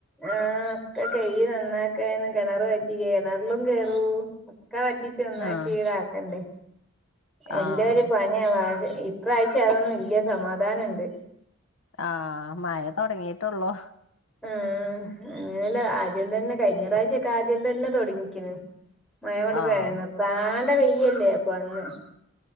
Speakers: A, in the centre; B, on the left (about 80°).
A: ആഹ ഒക്കെ കെയികി നന്നാക്കന്ന് കെ ണർവറ്റി കെണർലും കേറും ഒക്ക വറ്റിച്ച്ന്നാക്കിതാക്കണ്ടേ
B: ആഹ്
A: എല്ലരും
B: ആഹ്
A: പ യിന്നമാഷ്. ഇപ്രാവശ്യ അതൊന്നും ഇ ല്യ സമാധാനണ്ട്.
B: ആഹ മയ തൊടങ്ങിട്ടൊള്ളൂ..
A: ആ ആ. അങ്ങനെയല്ല ആദ്യം തന്നെ കഴിഞ്ഞ പ്രാശ്യൊക്കെ ആദ്യം തന്നെ തൊടങ്ങിക്ണി. മയകൊണ്ട്
B: ആഹ്
A: വെണർ നിർത്താണ്ട വെയ്യല്ലേ അപ്പൊ അന്ന്..